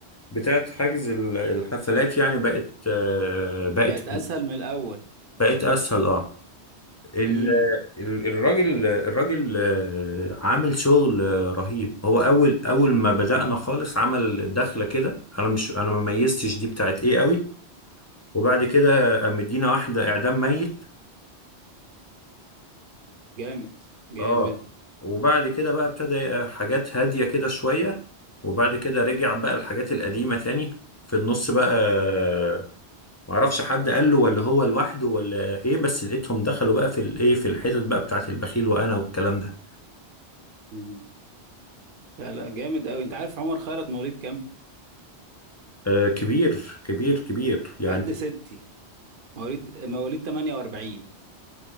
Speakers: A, on the left; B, on the right.
A: بتاعت حجز ال- الحفلات يعني بقت آه، بقت
B: بقت اسهل من الاول
A: بقت اسهل اه ال-
B: امم
A: ال- الراجل الراجل آه، عامل شغل آه، رهيب هو اول اول ما بدأنا خالص عمل دخلة كده انا مش انا ما ميزتش دي بتاعت ايه قوي وبعد كده قام مدينا واحدة اعدام ميت
B: جامد جامد
A: اه وبعد كده بقى ابتدى حاجات هادية كده شوية وبعد كده رجع بقى الحاجات القديمة تاني في النص بقى آه، معرفش حد قال له ولا هو لوحده ولا ايه بس لقيتهم دخلوا بقى في الايه في الحتت بقى بتاعت البخيل وانا والكلام ده
B: مم. لا لا جامد قوي انت عارف عمر خيرت مواليد كام
A: آه كبير كبير كبير يعني
B: قد ستي مواليد مواليد 48